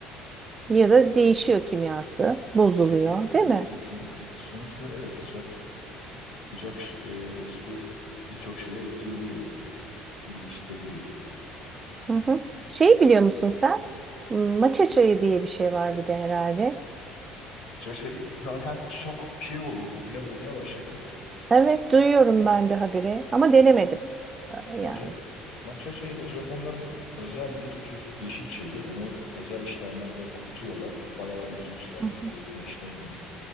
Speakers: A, on the right (about 25°); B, on the left (about 60°).
A: Ya da değişiyor kimyası, bozuluyor,
B: Kesin
A: değil
B: e,
A: mi?
B: kesin e, sonuçta evet sıcak sıcak e, su birçok şeye etki ediyor. Yapısını değiştirebiliyor.
A: Hı hı. Şey biliyor musun sen? Hmm, Maça çayı diye bir şey var bir de herhalde.
B: Şey, şey, zaten çok şey oldu, popüler olmaya başladı.
A: Evet duyuyorum ben de haberi ama denemedim e,
B: Yani
A: yani.
B: Ja- matcha çayı da Japonların özel bir tür yeşil çayı. Onu özel işlemlerle kurutuyorlar. Bayağı uzun süren
A: Hı
B: bir
A: hı.
B: kurutma işlemi var.